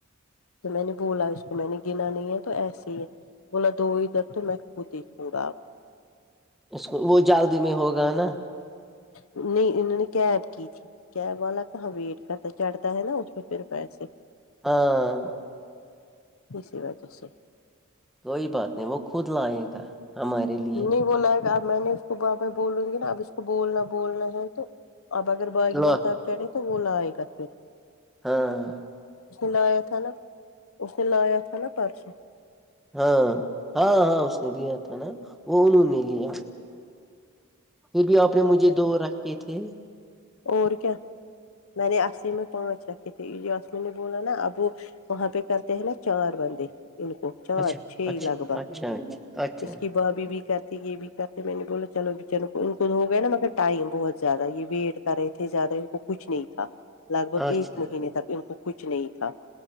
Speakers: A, on the left; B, in the centre.
A: تو میں نے بولا اس کو میں نے گنا نہیں ہے تو ایسے ہی ہے بولا دو ادھر تو میں خود دیکھوں گا اپ
B: اس کو وہ جلدی میں ہوگا نا
A: نہیں ان نے کیب کی تھی کیب والا کہاں ویٹ کرتا چڑھتا ہے نا اس میں پھر پیسے
B: ہاں
A: اسی وجہ سے
B: کوئی بات نہیں وہ خود لائے گا ہمارے لیے
A: نہیں بلاائے گا اب میں نے اس کو ب میں بولوں گی نا اب اس کو بولنا بولنا ہے تو اب اگر باغی
B: لا-
A: محتاب چے تو وہ لائے گا پھر
B: ہاں
A: اس نے لایا تھا نا اس نے لایا تھا نا پرسوں
B: ہاں ہاں ہاں اس نے دیا تھا نا وہ انہوں نے لیا پھر بھی آپ نے مجھے
A: اچھا
B: دو
A: ٹھیک
B: رکھے تھے
A: اور کیا میں نے اسلی میں پانچ رکھے تھے یاسمین نے بولا نا اب وہ وہاں پہ کرتے ہیں نا چار بندے ان کو چار
B: اچھا
A: چھ
B: اچھا
A: لگ بھگ
B: اچھا اچھا اچھا
A: اس کی بھابھی کرتی یہ بھی کرتے میں نے بولا چلو اوں کو ان کو ہوگیا نا مگر ٹائم بہت زیادہ یہ ویٹ کرے تھے زیادہ ان کو کچھ نہیں تھا لگ بھگ
B: اچھا
A: ایک مہینے تک ان کو کچھ نہیں تھا